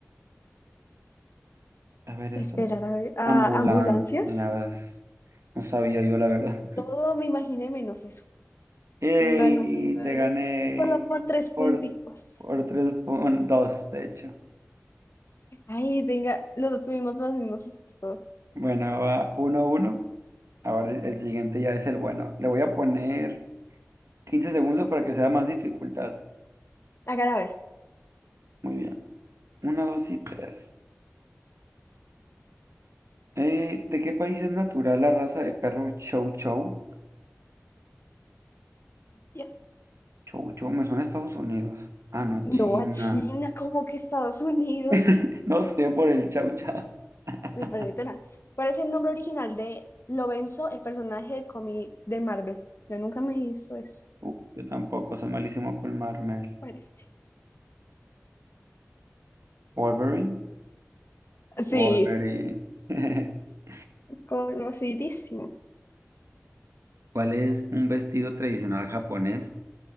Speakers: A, on the right (about 70°); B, on the left (about 55°).
A: A ver, esta.
B: Esperar a, ver- a
A: Ambulancias.
B: ambulancias.
A: No sabía yo, la verdad.
B: Todo me imaginé menos eso.
A: <laughs> ¡Ey!
B: ¿Quién ganó? ¿Quién ganó?
A: Te gané
B: Solo por tres punticos.
A: por, por tres puntos, de hecho.
B: Ay, venga, los dos tuvimos los mismos acertos.
A: Bueno, va uno a uno. Ahora el el siguiente ya es el bueno. Le voy a poner 15 segundos para que sea más dificultad.
B: Hágala ver.
A: Muy bien. Uno, dos y tres. Eh, ¿de qué país es natural la raza de perro Chow Chow?
B: Ya.
A: Chow Chow, me suena a Estados Unidos. Ah, no,
B: No
A: China.
B: a China, como que Estados Unidos.
A: <laughs> No sé por el Chow Chow. <laughs>
B: Me perdí tenaz. ¿Cuál es el nombre original de Lorenzo, el personaje del cómic de Marvel? Yo nunca me hizo eso.
A: Uh, yo tampoco, soy malísimo con Marmel.
B: con este.
A: Wolverine.
B: Sí,
A: Wolverine. <laughs>
B: Conocidísimo.
A: ¿Cuál es un vestido tradicional japonés?